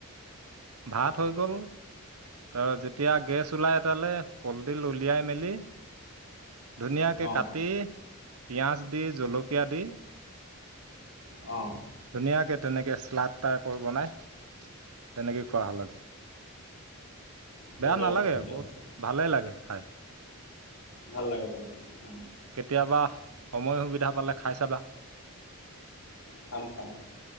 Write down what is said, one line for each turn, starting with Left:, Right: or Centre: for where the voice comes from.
Right: ভাত হৈ গ'ল। তাৰ যেতিয়া গেছ ওলাই এতালে কলডিল উলিয়াই মেলি ধুনীয়াকে
Left: অ'।
Right: কাটি পিঁয়াজ দি জলকীয়া দি
Left: অ
Right: ধুনীয়াকে তেনেকে শ্লাদ টাইপৰ বনাই তেনেকেই খোৱা হ'ল আজি
Left: ঠিকে
Right: বেয়া নালাগে
Left: আছে ঠিকে
Right: বহুত
Left: আছে
Right: ভালে লাগে খাই।
Left: ভাল লাগে ভাল লাগে উ
Right: কেতিয়াবা সময় সুবিধা পালে খাই চাবা।
Left: খাম খাম